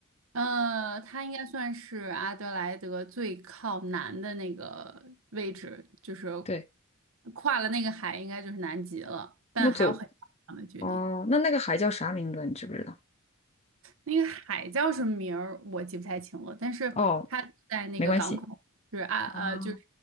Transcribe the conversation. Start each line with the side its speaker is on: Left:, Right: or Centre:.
Right: 呃，它应该算是阿德莱德最靠南的那个位置，就是
Left: 对，
Right: 跨了那个海，应该就是南极了，但还有很长的距离。
Left: 那走，哦，那那个海叫啥名字？你知不知道？
Right: 那个海叫什么名儿我记不太清了，但是它在那个港口，
Left: 哦，没关系。
Right: 是啊呃，
Left: 啊，
Right: 就是